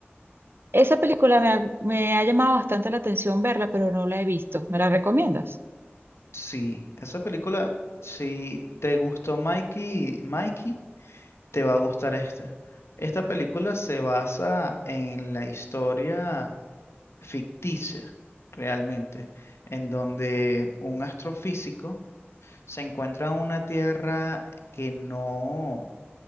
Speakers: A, on the right (about 60°); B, on the left (about 80°).
A: Esa película me ha, me ha llamado bastante la atención verla, pero no la he visto. ¿Me la recomiendas?
B: Sí, esa película, si te gustó Mikey, Mikey. Te va a gustar esta. Esta película se basa en la historia ficticia, realmente, en donde un astrofísico se encuentra en una tierra que no,